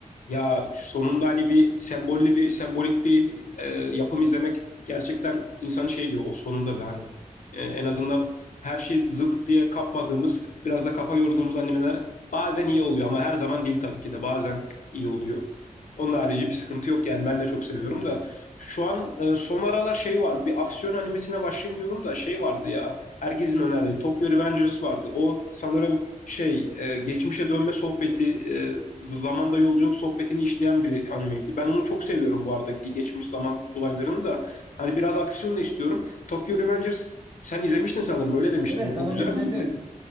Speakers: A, on the left; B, on the right.
A: Ya sonunda hani bir sembolli bir sembolik bir e, yapım izlemek gerçekten insan şey diyor o sonunda be hani E, en azından her şey zıp diye kapmadığımız biraz da kafa yorduğumuz animeler bazen iyi oluyor ama her zaman değil tabii ki de bazen iyi oluyor. Onun harici bir sıkıntı yok yani ben de çok seviyorum da şu an e, son aralar şey vardı bir aksiyon animesine başlayayım diyordum da şey vardı ya herkesin önerdiği Tokyo Revengers vardı o sanırım şey e, geçmişe dönme sohbeti e, zamanda yolculuk sohbetini işleyen bir animeydi. Ben onu çok seviyorum bu arada geçmiş zaman olaylarını da. Hani biraz aksiyon da istiyorum. Tokyo Revengers sen izlemiştin sanırım öyle demiştin.
B: Evet ben
A: O
B: onu
A: güzel
B: izledim.
A: miydi?